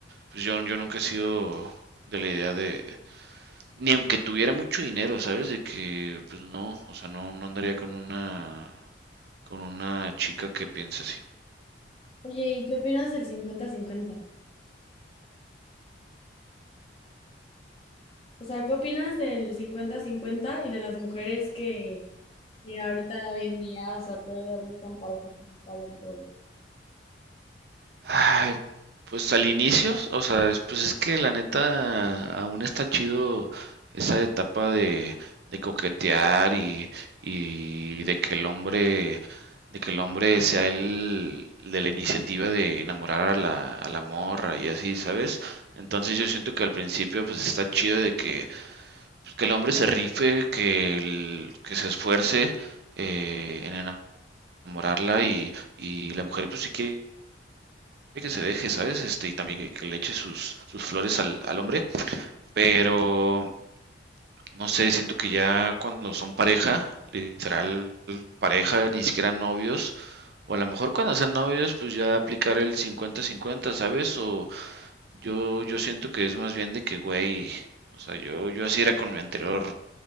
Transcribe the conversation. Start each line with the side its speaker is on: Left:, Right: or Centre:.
Right: pues yo, yo nunca he sido de la idea de, ni aunque tuviera mucho dinero, ¿sabes? De que, pues no, o sea, no, no andaría con una, con una chica que piense así.
Left: Oye, ¿y qué opinas del cincuenta 50 O sea, ¿qué opinas del cincuenta-cincuenta y de las mujeres que, que ahorita, hoy en día, o sea, todavía buscan parejas que se paguen todo?
Right: Ay, pues al inicio, o sea, es- pues es que la neta aún está chido esa etapa de, de coquetear y, y de que el hombre, de que el hombre sea el de la iniciativa de enamorar a la, a la morra y así, ¿sabes? Entonces yo siento que al principio pues está chido de que pues, que el hombre se rife, que, el- que se esfuerce eh, en enamorarla y, y la mujer, pues si quiere que se deje, ¿sabes? Este, y también que, que le eche sus, sus flores al, al hombre, pero no sé, siento que ya cuando son pareja, literal pareja, ni siquiera novios, o a lo mejor cuando sean novios, pues ya aplicar el cincuenta cincuenta ¿sabes? O yo, yo siento que es más bien de que, güey, o sea, yo, yo así era con mi anterior